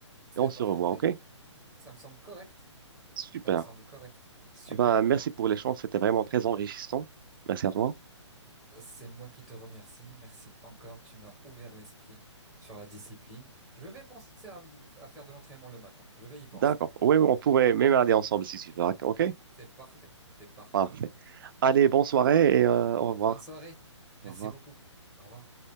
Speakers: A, in the centre; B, on the right.
A: c'est
B: et on se
A: parfait.
B: revoit, OK?
A: Ça me semble correct,
B: Super.
A: ça me semble correct. Super.
B: Ah, Bah, merci pour l'échange. C'était vraiment très enrichissant. Merci à toi.
A: C'est moi qui te remercie. Merci encore. Tu m'as ouvert l'esprit sur la discipline. Je vais penser à, me- à faire de l'entraînement le matin. Je vais y penser.
B: D'accord. Oui, on pourrait même
A: D'accord?
B: aller ensemble si tu veux. OK?
A: C'est parfait, c'est parfait.
B: Parfait. Allez, bonne soirée et euh, au revoir.
A: Bonne soirée. Merci
B: Au revoir.
A: beaucoup. Au revoir.